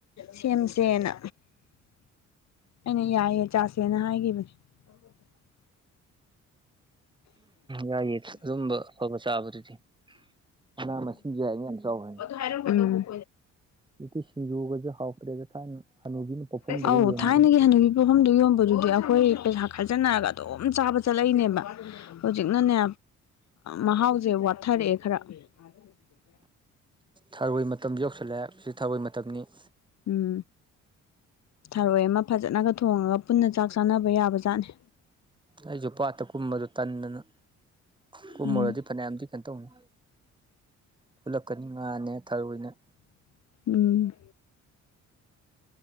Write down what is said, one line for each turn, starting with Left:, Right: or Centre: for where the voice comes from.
Left: ꯁꯦꯝꯁꯦꯅ ꯑꯩꯅ ꯌꯥꯏꯌꯦ ꯆꯥꯁꯦꯅ ꯍꯥꯏꯒꯤꯈꯤꯕꯅꯦ <unintelligible>
Right: ꯌꯥꯏꯌꯦ ꯑꯗꯨꯨꯝꯕ ꯑꯐꯕ ꯆꯥꯕꯗꯨꯗꯤ ꯃꯅꯥ ꯃꯁꯤꯡꯁꯨ ꯌꯥꯏꯅ ꯌꯥꯝ ꯆꯥꯎ ꯍꯥꯏ
Left: ꯎꯝ
Right: ꯖꯤꯛꯇꯤ ꯁꯤꯡꯖꯨꯒꯁꯦ ꯍꯥꯎꯇ꯭ꯔꯦꯗ ꯊꯥꯏꯅ ꯍꯅꯨꯕꯤꯅ ꯄꯣꯛꯐꯝꯗꯕ
Left: ꯑꯧ
Right: ꯌꯣꯟꯕꯗꯨꯅ
Left: ꯊꯥꯏꯅꯒꯤ ꯍꯅꯨꯕꯤ ꯄꯣꯐꯝꯗꯨ ꯌꯣꯟꯕꯗꯨꯗꯤ ꯑꯩꯈꯣꯏ ꯄꯩꯁꯥ ꯈꯥꯏꯖꯟꯅꯔꯒ ꯑꯗꯨꯝ ꯆꯥꯕ ꯆꯠꯂꯛꯏꯅꯦꯕ ꯍꯧꯖꯤꯛꯅꯅꯦ ꯃꯍꯥꯎꯁꯦ ꯋꯥꯠꯊꯔꯛꯑꯦ ꯈꯔ <unintelligible>
Right: ꯊꯔꯣꯏ ꯃꯇꯝ ꯌꯧꯁꯤꯜꯂꯛꯑꯦ ꯍꯧꯖꯤꯛ ꯊꯔꯣꯏ ꯃꯇꯝꯅꯤ
Left: ꯎꯝ ꯊꯔꯣꯏ ꯑꯃ ꯐꯖꯅꯒ ꯊꯣꯡꯉꯒ ꯄꯨꯟꯅ ꯆꯥꯛ ꯆꯥꯅꯕ ꯌꯥꯕ ꯖꯥꯠꯅꯤ
Right: ꯑꯩꯁꯨ ꯄꯥꯠꯇ ꯀꯨꯝꯕꯗꯨ ꯇꯟꯗꯅ ꯀꯨꯝꯃꯨꯔꯗꯤ
Left: ꯎꯝ
Right: ꯐꯅꯌꯥꯝꯗꯤ ꯀꯩꯅꯣꯇꯧꯅꯤ ꯈꯨꯠꯂꯛꯀꯅꯤ ꯉꯥꯅꯦ ꯊꯔ‌ꯣꯏꯅ‌ꯦ
Left: ꯎꯝ